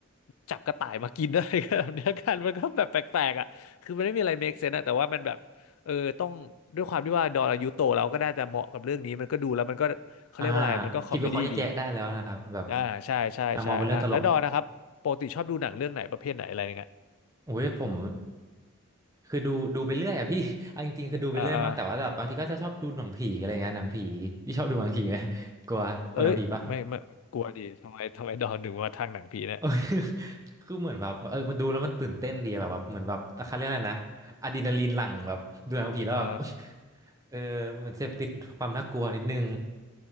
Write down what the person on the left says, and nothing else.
จับกระต่ายมากิน <laughs> อะไรกันแบบเนี้ยกันมันก็แบบแปลกๆอ่ะคือมันไม่มีอะไร make sense อะแต่ว่ามันแบบเออต้องด้วยความที่ว่าดอนอายุโตแล้วก็น่าจะเหมาะกับเรื่องนี้มันก็ดูแล้วมันก็เขาเรียกว่าอะไรมันก็คอมเมดี้ดี
อ่าใช่ใช่ใช่อ่ะแล้วดอนนะครับปกติชอบดูหนังเรื่องไหนประเภทไหนอะไรเงี้ย
อ่าอ่า
เอ้ยไม่ไม่กลัวดีทำไมทำไมดอนถึงมาทางหนังผีเนี่ย
อ่า